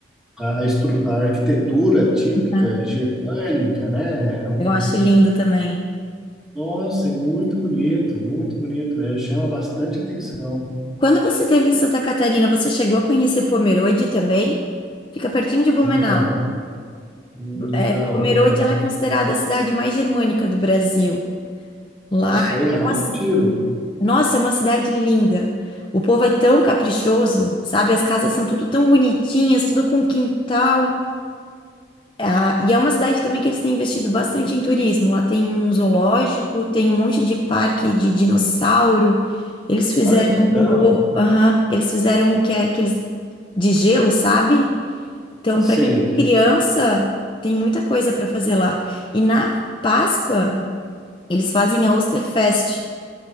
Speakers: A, in the centre; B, on the left (about 25°).
A: a, a estru- a arquitetura típica
B: É.
A: germânica, né? É um,
B: Eu acho lindo também.
A: nossa, é muito bonito, muito bonito mesmo, chama bastante atenção.
B: Quando você esteve em Santa Catarina, você chegou a conhecer Pomerode também? Fica pertinho de Blumenau.
A: Não, não,
B: É, Pomerode,
A: não.
B: ela é considerada a cidade mais germânica do Brasil. Lá
A: Nossa, aí erramos
B: é uma,
A: o tiro.
B: nossa, é uma cidade linda. O povo é tão caprichoso, sabe? As casas são tudo tão bonitinhas, tudo com quintal. Ah, e é uma cidade também que eles têm investido bastante em turismo. Lá tem um zoológico, tem um monte de parque de dinossauro. Eles fizeram
A: Olha que legal.
B: um, novo- aham, eles fizeram um que é aqueles de gelo, sabe? Então,
A: Sei.
B: para quem tem criança, tem muita coisa para fazer lá. E na Páscoa, eles fazem a Osterfest.